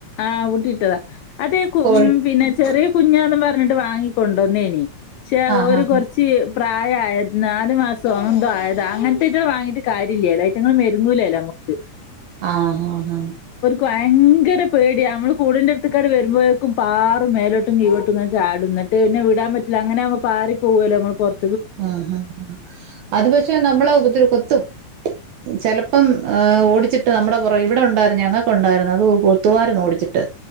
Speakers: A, on the left; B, on the right.
A: ആഹ് പൂട്ടിട്ടതാ അതെ കു
B: കോഴി
A: ഉം പിന്നെ ചെറിയ കുഞ്ഞാന്ന് പറ് <unintelligible> രണ്ടും വാങ്ങിക്കൊണ്ടോന്നേനി ക്ഷെ
B: ആഹ്
A: ഒരു
B: ആഹ്
A: കൊറ്ച്ച് പ്രായായത് നാല് മാസോ അങ്ങനെന്തോ ആയതാ അങ്ങനത്തെയ്റ്റളെ വാങ്ങീട്ട് കാര്യല്ലേല്ലെ ഐറ്റങ്ങള് മെരുങ്ങൂലേല്ലൊ നമ്മക്ക്
B: ആഹ് ഹാ ഹാ
A: വയങ്കര പേടിയാ അമ്മള് കൂടിന്റെ അട്ത്ത്ക്കാട്ട് വരുമ്പോഴേക്കും പാറും മേലോട്ടും കീഴോട്ടും ഇങ്ങനെ ചാടും ന്നിട്ട് പിന്നെ വിടാൻ പറ്റില്ല അങ്ങനെയാവ്മ്പം പാറി പോവോല്ലോ അമ്മള് പൊറ്
B: ആഹ് ആ അത് പക്ഷെ നമ്മളെ ഉപദ്രവ് കൊത്തും ചെലപ്പം ഓടിച്ചിട്ട് നമ്മുടെ പൊറ ഇവിടെ ഉണ്ടായിരുന്നു ഞങ്ങൾക്ക് ഉണ്ടായിരുന്നു അത് കൊത്തുമായിരുന്നു ഓടിച്ചിട്ട്